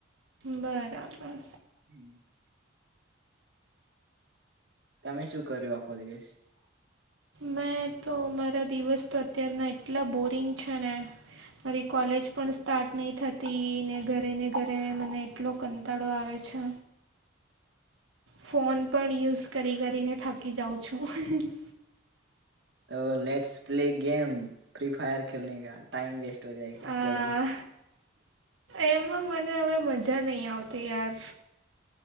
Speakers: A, on the right; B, on the right.
A: બરાબર.
B: <inaudible> તમે શું કર્યું આખો દિવસ.
A: મેં તો મારા દિવસ તો અત્યારના એટલા બોરિંગ છે ને. મારી કોલેજ પણ સ્ટાર્ટ નહી થતી ને ઘરે ને ઘરે મને એટલો કંટાળો આવે છે. ફોન પણ યુઝ કરી-કરીને થાકી જાઉં છું.
B: તો let's play game, free fire ખેલને કા. ટાઈમ વેસ્ટ <unintelligible>
A: આ
B: જલ્દી.
A: એમાં મને હવે મજા નહી આવતી યાર.